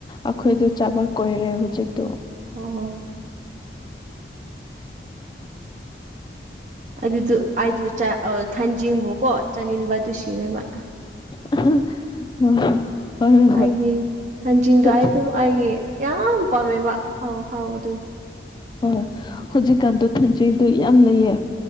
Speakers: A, on the left (about 25°); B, on the right (about 40°).
A: ꯑꯈꯣꯏꯗꯨ
B: ꯎꯝ
A: ꯆꯥꯕ ꯀꯣꯏꯔꯦ ꯍꯨꯖꯤꯛꯇꯨ
B: ꯑꯣ ꯑꯗꯨꯗꯨ ꯑꯥꯏꯗꯨ ꯆꯥ ꯑꯥ ꯊꯥꯟꯖꯤꯡꯕꯨꯀꯣ ꯆꯥꯅꯤꯡꯕ ꯑꯗꯨ ꯁꯤꯔꯦꯕ
A: <unintelligible>
B: ꯑꯩꯒꯤ ꯊꯥꯡꯖꯤꯟꯒꯥꯢꯗꯣ
A: ꯍꯧꯖꯤꯛ
B: ꯑꯩꯒꯤ ꯌꯥꯝ ꯄꯥꯝꯃꯦꯕ ꯍꯥꯎ ꯍꯥꯎꯕꯗꯨ
A: ꯎꯝ ꯍꯨꯖꯤꯛꯀꯥꯟꯗꯣ ꯊꯥꯡꯖꯤꯡꯗꯣ ꯌꯥꯝ ꯂꯩꯌꯦ